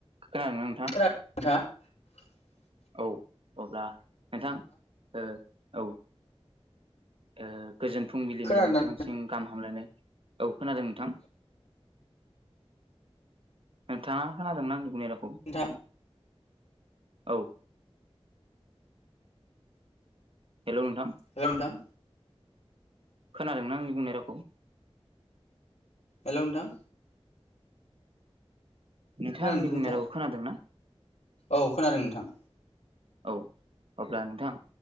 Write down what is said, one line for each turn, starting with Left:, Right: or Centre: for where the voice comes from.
Right: खोनादोंना नोंथां?
Left: <unintelligible>
Right: औ अब्ला नोंथां ओ औ ओ गोजोन फुंबिलिनि
Left: खोनादोंना
Right: नोंथांसिम गाहाम हामलायनाय औ खोनादों नोंथां नोंथाङा खोनादों ना आंनि बुंनाय रावखौ
Left: नोंथां
Right: औ। हेलौ नोंथां
Left: हेलौ नोंथां
Right: खोनादोंना आंनि बुंनाय रावखौ?
Left: हेलौ नोंथा
Right: नोंथाङा
Left: खोनादों
Right: आंनि
Left: नोंथां
Right: बुंनाय रावखौ खोनादोंना?
Left: औ खोनादों नोंथां।
Right: औ अब्ला नोंथां